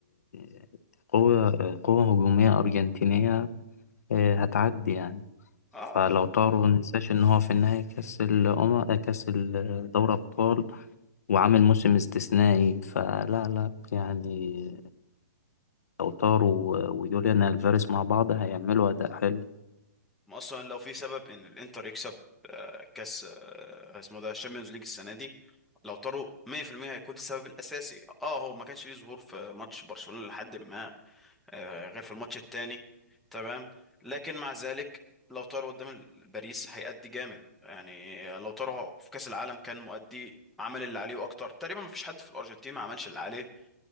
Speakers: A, on the left; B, in the centre.
A: آه، قوة آه، قوة هجومية أرجنتينية آه، هتعدي يعني
B: اه
A: فلو
B: لا.
A: طاروا مننساش إن هو في النهاية كأس الأمم آه، كأس ال- دوري أبطال وعامل موسم استثنائي فلا لا يعني لو طاروا و- ويوليان ألفاريز مع بعض هيعملوا أداء حلو
B: اصلا لو في سبب ان الانتر يكسب آه، كاس آه، اسمه ده الشامبيونز ليج السنة دي لو طاروا 100% هيكون السبب الأساسي اه هو ما كانش ليه ظهور في ماتش برشلونة لحد ما آه، غير في الماتش التاني تمام لكن مع ذلك لو طار قدام ال- باريس هيأدي جامد يعني لو طار في كأس العالم كان مؤدي عمل اللي عليه واكتر تقريبا مفيش حد في الارجنتين ما عملش اللي عليه